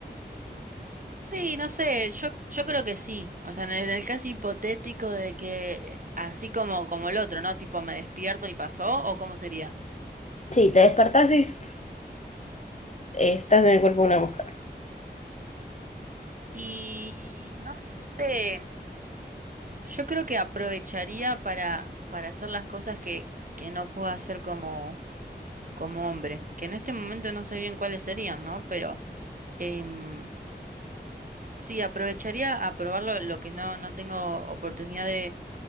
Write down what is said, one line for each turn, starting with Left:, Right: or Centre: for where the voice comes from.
Right: Sí, no sé, yo, yo creo que sí. O sea, en el, en el caso hipotético de que así como, como el otro, ¿no? Tipo, me despierto y pasó, ¿o cómo sería?
Left: Sí, te despertás y s- estás en el cuerpo de una mujer.
Right: Y no sé. Yo creo que aprovecharía para, para hacer las cosas que, que no puedo hacer como, como hombre, que en este momento no sé bien cuáles serían, ¿no? Pero em, sí, aprovecharía a probar lo, lo que no, no tengo oportunidad de,